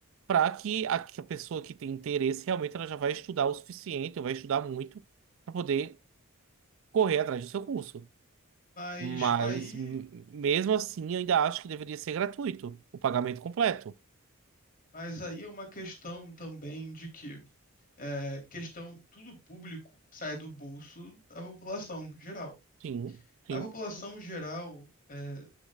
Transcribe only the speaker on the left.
mas
aí
Mas aí é uma questão também de que é, questão, tudo público sai do bolso da população geral.
A população geral é,